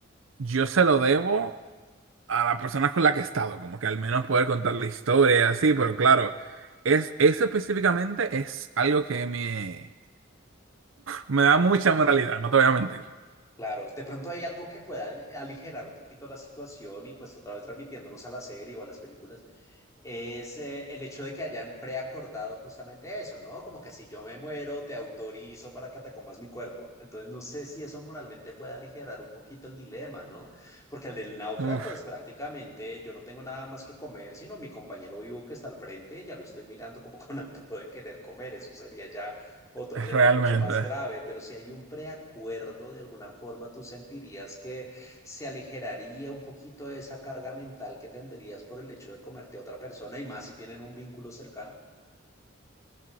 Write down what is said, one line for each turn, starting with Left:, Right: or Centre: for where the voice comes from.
Right: yo se lo debo a las personas con las que he estado, como que al menos poder contar la historia y así, pero claro, es, eso específicamente es algo que me, me da mucha moralidad, no te voy a mentir.
Left: Claro, de pronto hay algo que pueda al- aligerar un poquito la situación y pues otra vez transmitiéndonos a la serie o a las películas, es eh, el hecho de que hayan preacordado justamente eso, ¿no? Como que si yo me muero, te autorizo para que te comas mi cuerpo. Entonces, no sé si eso moralmente puede aligerar un poquito el dilema, ¿no? Porque el del náufrago
Right: Uf,
Left: es prácticamente yo no tengo nada más que comer, sino mi compañero vivo que está al frente, ya lo estoy mirando como <laughs> con antojo de querer comer. Eso sería ya otro
Right: <laughs>
Left: tema
Right: realmente.
Left: mucho más grave, pero si hay un preacuerdo, de alguna forma tú sentirías que se aligeraría un poquito de esa carga mental que tendrías por el hecho de comerte a otra persona y más si tienen un vínculo cercano.